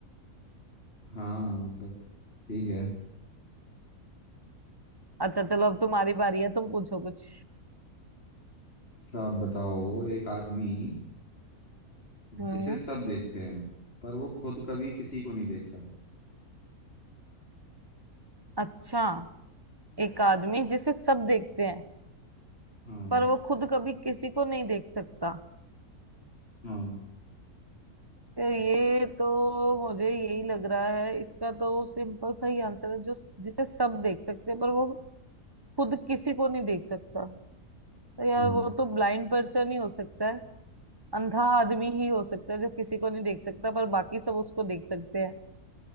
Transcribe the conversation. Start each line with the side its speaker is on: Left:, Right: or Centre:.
Left: हाँ मतलब ठीक है
Right: अच्छा चलो अब तुम्हारी बारी है तुम पूछो कुछ
Left: तो आप बताओ एक आदमी
Right: हम्म
Left: जिसे सब देखते हैं पर वो खुद कभी किसी को नहीं देखता
Right: अच्छा एक आदमी जिसे सब देखते हैं
Left: हाँ
Right: पर वो खुद कभी किसी को नहीं देख सकता
Left: हाँ
Right: तो ये तो मुझे यही लग रहा है इसका तो सिंपल सा ही आंसर है जो जिसे सब देख सकते हैं पर वो खुद किसी को नहीं देख सकता तो यार
Left: हम्म
Right: वो तो ब्लाइंड पर्सन ही हो सकता है अंधा आदमी ही हो सकता है जो किसी को नहीं देख सकता पर बाकी सब उसको देख सकते हैं